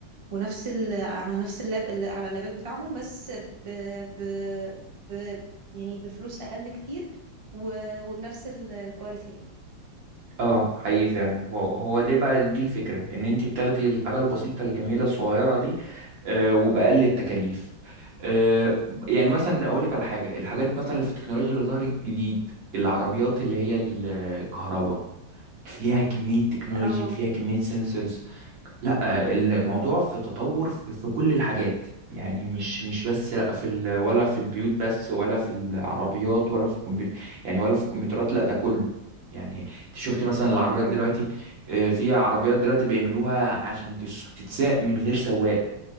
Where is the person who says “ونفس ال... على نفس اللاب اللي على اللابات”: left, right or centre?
Right